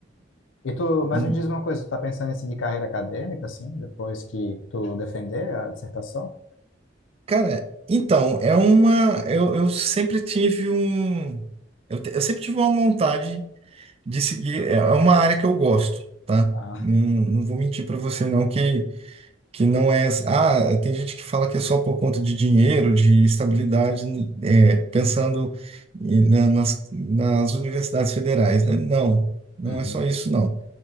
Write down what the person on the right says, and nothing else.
Hum,
Cara, então, é uma. Eu, eu sempre tive um. Eu, te- eu sempre tive uma vontade de seguir. É é uma área que eu gosto, tá?
Não, não vou mentir para você, não, que que não é. Ah, tem gente que fala que é só por conta de dinheiro, de estabilidade, é, pensando em- na- nas, nas universidades federais, né? Não, não
é só isso, não.